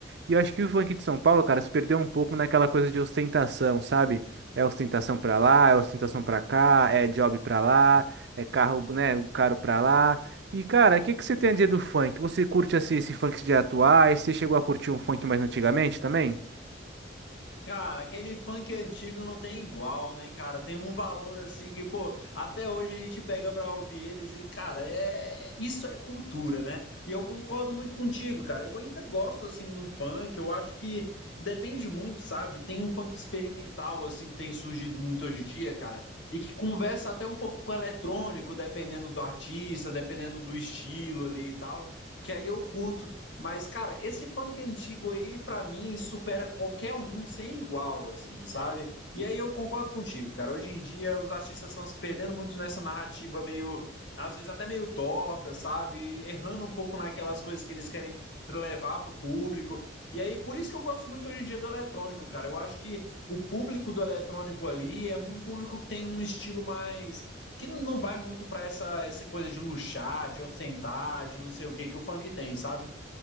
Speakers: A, on the right; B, on the left.
A: E eu acho que o funk de São Paulo, cara, se perdeu um pouco naquela coisa de ostentação, sabe? É ostentação pra lá, é ostentação pra cá, é job pra lá, é carro, né, caro pra lá. E, cara, o que que você tem a dizer do funk? Você curte esse, esse funk de atuais? Você chegou a curtir um funk mais antigamente também?
B: Cara, aquele funk antigo não tem igual, né, cara? Tem um valor assim que, pô, até hoje a gente pega pra ouvir eles e, cara, é isso é cultura, né? E eu concordo muito contigo, cara. Eu ainda gosto assim de um funk, eu acho que depende muito, sabe? Tem um funk experimental assim que tem surgido muito hoje em dia, cara, e que conversa até um pouco com o eletrônico, dependendo do artista, dependendo do estilo ali e tal, que aí eu curto. Mas, cara, esse funk antigo aí, pra mim, supera qualquer um sem igual, assim, sabe? E aí eu concordo contigo, cara. Hoje em dia os artistas estão se perdendo muito nessa narrativa meio, às vezes até meio torta, sabe? Errando um pouco naquelas coisas que eles querem levar para o público. E aí, por isso que eu gosto muito hoje em dia do eletrônico, cara. Eu acho que o público do eletrônico ali é um público que tem um estilo mais. que não vai muito para essa, essa coisa de luxar, de ostentar, de não sei o que que o funk tem, sabe?